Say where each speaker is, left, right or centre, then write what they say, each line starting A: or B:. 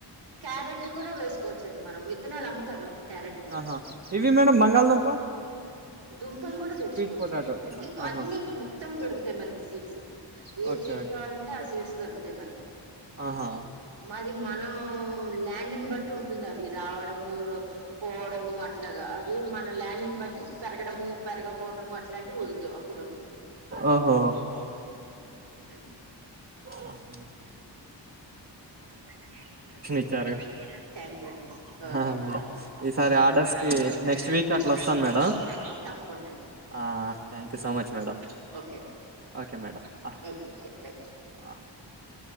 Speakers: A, on the right; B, on the right.
A: క్యారట్ కూడా వెస్ కోవచ్చండి మనం విత్తనాలు అమ్మతారు క్యారెట్ కూడా
B: ఆహా! ఇవి మేడం బంగాళదుంప,
A: దుంపలు కూడా తెచ్చుకోవచ్చు
B: స్వీట్ పొటాటో.
A: అ
B: ఆహా!
A: అన్ని మొత్తం దొరుకుతాయి మనకి సీడ్స్ ఏ
B: ఓకే.
A: Seed
B: okay.
A: కావాలంటే ఆ సీడ్స్ దొరుకుతాయి మనకి
B: ఆహా!
A: మాది మనం ల్యాండ్ని బట్టి ఉంటుంది అవి రావడము పోవడము అట్లాగా అవి మన ల్యాండ్ని బట్టి పెరగడము పెరగపోవటము అట్లాంటి ఉ ఇప్పుడుంటాయి
B: ఓహో!
A: ఆహా లే <unintelligible>
B: ఆ <unintelligible>
A: <unintelligible>
B: ఇచ్చారు. ఆ! మేడం. ఈసారి ఆర్డర్స్‌కి నెక్స్ట్ వీక్ అట్లా వస్తాను మేడం. ఆ! Thank you so much madam. Okay madam. ఆ! ఆ